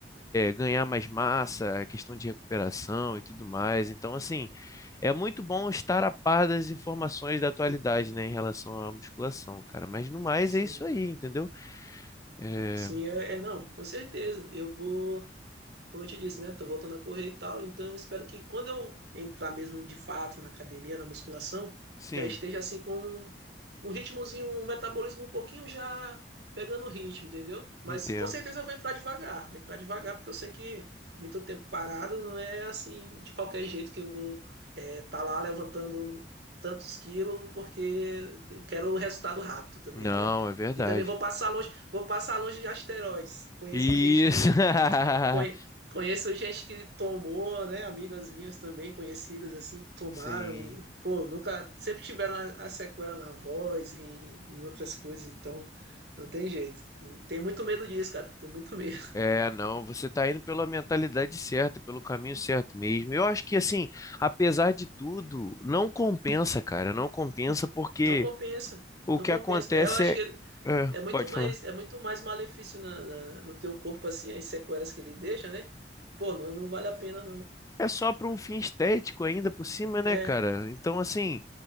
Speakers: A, on the left; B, on the right.
A: ganhar mais massa, a questão de recuperação e tudo mais. Então, assim, é muito bom estar a par das informações da atualidade, né, em relação à musculação, cara. Mas no mais
B: Sim,
A: é isso aí, entendeu? É,
B: sim, é, é, não, com certeza. Eu vou. como eu te disse, né? Tô voltando a correr e tal, então eu espero que quando eu entrar mesmo de fato na academia, na musculação,
A: sim,
B: já esteja assim com um, um ritmozinho, um metabolismo um pouquinho já pegando o ritmo, entendeu? Mas
A: entendo.
B: com certeza eu vou entrar devagar, vou entrar devagar, porque eu sei que muito tempo parado não é assim de qualquer jeito que eu vou estar lá levantando tantos quilos, porque eu quero o resultado rápido também,
A: Não,
B: né?
A: é verdade.
B: E também vou passar longe, vou passar longe de asteroides. Conheço
A: Isso.
B: gente que
A: <laughs>
B: Conhe- Conheço gente que tomou, né? Amigas minhas também, conhecidas, assim, que tomaram
A: Sim.
B: e, pô, nunca. Sempre tiveram a, a sequela na voz e em outras coisas, então não tem jeito. Tem muito medo disso, cara. Tem muito <laughs> medo.
A: É, não, você está indo pela mentalidade certa, pelo caminho certo mesmo. Eu acho que, assim, apesar de tudo, não compensa, cara, não compensa porque
B: Não compensa.
A: o
B: Não
A: que
B: compensa.
A: acontece
B: É, Eu acho que
A: é. é,
B: é muito
A: pode
B: mais,
A: falar.
B: é muito mais malefício na- na- no teu corpo, assim, as sequelas que ele deixa, né? Pô, não, não vale a pena, não.
A: É só para um fim estético ainda por cima, né,
B: É,
A: cara? Então, assim,